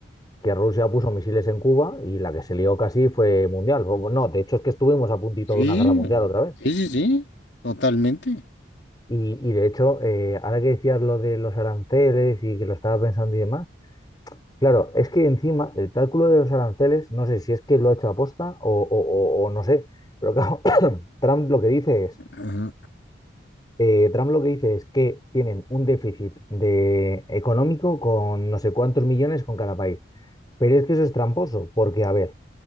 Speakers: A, on the left; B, on the left.
A: que Rusia puso misiles en Cuba y la que se lió casi fue mundial. O- No, de hecho es que estuvimos a puntito
B: Sí,
A: de una guerra mundial otra vez.
B: sí, sí, sí, totalmente.
A: Y, y de hecho, eh, ahora que decías lo de los aranceles y que lo estaba pensando y demás, Claro, es que encima el cálculo de los aranceles, no sé si es que lo ha hecho aposta o, o- o- o no sé, pero claro, <coughs> <clears throat> Trump lo que dice es,
B: Ajá.
A: eh, Trump lo que dice es que tienen un déficit de económico con no sé cuántos millones con cada país. Pero es que eso es tramposo, porque a ver,